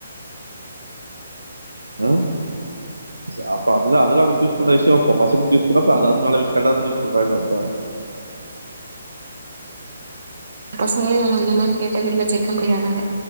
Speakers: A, on the right; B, on the right.
A: ம் ஸ் அப்ப அதுதா அதெல்லா அவங்க சூஸ் பண்ற விஷயோ அப்போ பசங்க சூஸ் பண்ணா அப்ப அத அது நல்ல விஷயம் கர்ட்டாதா சூஸ் பண்றாங்கனு அர்த்தோ
B: பசங்களையு நம்ம அந்த மாரி கேட்டகிரில சேக்க முடியாதுங்க